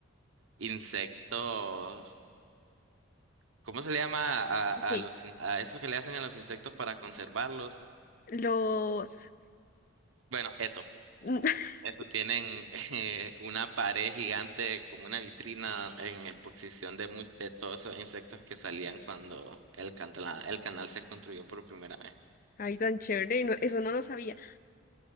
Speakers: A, on the right; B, on the left.
A: insectos, ¿cómo se le llama a, a
B: Sí.
A: los, in- a esos que le hacen a los insectos para conservarlos?
B: Los...
A: Bueno, eso.
B: <laughs>
A: Eso tienen eh, una pared gigante como una vitrina en exposición de, mu- de todos esos insectos que salían cuando el, cantla- el canal se construyó por primera vez.
B: Ay, tan chévere, no- eso no lo sabía.